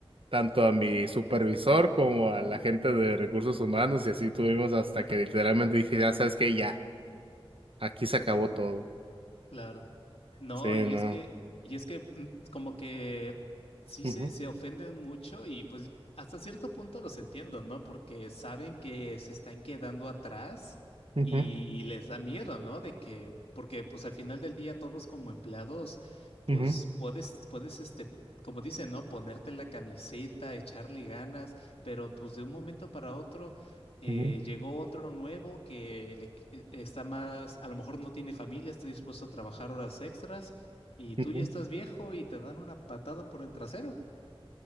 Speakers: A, on the right; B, on the left.
A: tanto a mi supervisor como a la gente de recursos humanos, y así tuvimos hasta que literalmente dije, ya sabes que ya, aquí se acabó todo.
B: Claro. No,
A: Sí,
B: y
A: no.
B: es que, y es que mm, como que sí
A: Ujú,
B: se, se ofenden mucho y pues hasta cierto punto los entiendo, ¿no? Porque saben que se están quedando atrás
A: ujú,
B: y les da miedo, ¿no? De que, porque pues al final del día todos como empleados, pues
A: ujú,
B: puedes, puedes este, como dicen, ¿no? Ponerte la camiseta, echarle ganas, pero pues de un momento para otro. Eh,
A: ujú,
B: llegó otro nuevo que le qu- eh, está más, a lo mejor no tiene familia, está dispuesto a trabajar horas extras y tú
A: ujú,
B: ya estás viejo y te dan una patada por el trasero.